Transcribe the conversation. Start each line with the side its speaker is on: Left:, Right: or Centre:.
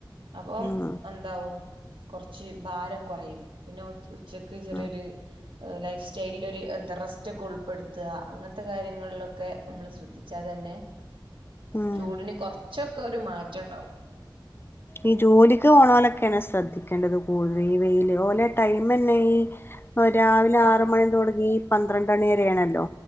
Right: അപ്പം
Left: ഉം ഉം
Right: അ ഇതാവും കൊറച്ച് ഭാരം കൊറയും പിന്ന ഉച്ച ഉച്ചക്ക് ചെറിയൊരു
Left: ഉം
Right: ഏഹ് ലൈഫ് സ്റ്റൈലിലൊര് എന്താ റെസ്റ്റെക്ക ഉൾപ്പെടുത്ത അങ്ങനത്തെ കാര്യങ്ങളിലൊക്കെ നമ്മള് ശ്രദ്ധിച്ചാ തന്നെ
Left: ഉം
Right: ചൂടിന് കൊറച്ചൊക്കെ ഒരു മാറ്റൊണ്ടാവും
Left: ഈ ജോലിക്ക് പോണലൊക്കെയാണ് ശ്രദ്ധിക്കേണ്ടത് കൂടുതലും ഈ വെയില് പോലെ ടൈമന്നെ ഈ ഇപ്പോ രാവിലെ
Right: ആഹ്
Left: ആറ് മണി തൊടങ്ങി ഈ പന്ത്രണ്ടണി വരെണല്ലോ